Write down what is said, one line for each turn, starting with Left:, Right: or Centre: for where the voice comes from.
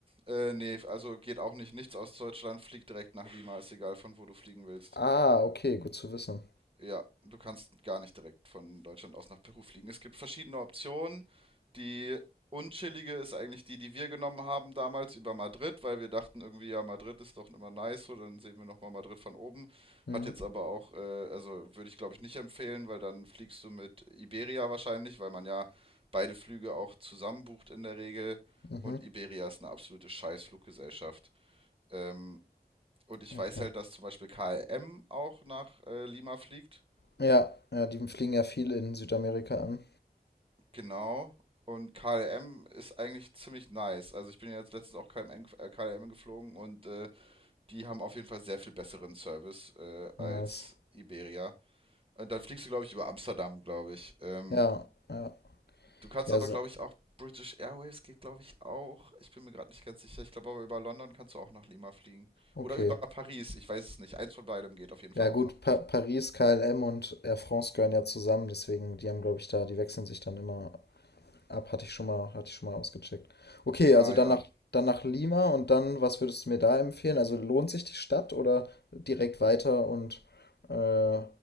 Right: äh, nee, also geht auch nicht nichts aus Deutschland, flieg direkt nach Lima, ist egal von wo du fliegen willst.
Left: Ah, okay, gut zu wissen.
Right: Ja, du kannst gar nicht direkt von Deutschland aus nach Peru fliegen. Es gibt verschiedene Optionen. Die unchillige ist eigentlich die, die wir genommen haben damals über Madrid, weil wir dachten irgendwie, ja, Madrid ist doch immer nice, so dann sehen wir nochmal Madrid von oben.
Left: Mhm,
Right: Hat jetzt aber auch, äh, also würde ich glaube ich nicht empfehlen, weil dann fliegst du mit Iberia wahrscheinlich, weil man ja beide Flüge auch zusammen bucht in der Regel.
Left: mhm,
Right: Und Iberia ist eine absolute Scheißfluggesellschaft. Ähm, und ich
Left: okay.
Right: weiß halt, dass zum Beispiel KLM auch nach äh, Lima fliegt.
Left: Ja, ja, die fliegen ja viel in Südamerika an.
Right: Genau. Und KLM ist eigentlich ziemlich nice. Also ich bin ja jetzt letztens auch KLM, gef- äh, KLM geflogen und äh, die haben auf jeden Fall sehr viel besseren Service äh, als
Left: Nice.
Right: Iberia. Und dann fliegst du, glaube ich, über Amsterdam, glaube ich. Ähm,
Left: Ja, ja,
Right: du kannst
Left: ja,
Right: aber,
Left: se-
Right: glaube ich, auch British Airways geht, glaube ich, auch. Ich bin mir gerade nicht ganz sicher. Ich glaube aber über London kannst du auch nach Lima fliegen.
Left: okay.
Right: Oder über Paris. Ich weiß es nicht. Eins von beidem geht auf jeden Fall
Left: Ja
Right: auch
Left: gut,
Right: noch.
Left: pa Paris, KLM und Air France gehören ja zusammen, deswegen, die haben, glaube ich, da, die wechseln sich dann immer Ab hatte ich schon mal, hatte ich schon mal ausgecheckt. Okay,
Right: Ah
Left: also dann
Right: ja.
Left: nach, dann nach Lima und dann, was würdest du mir da empfehlen? Also lohnt sich die Stadt oder direkt weiter? Und äh,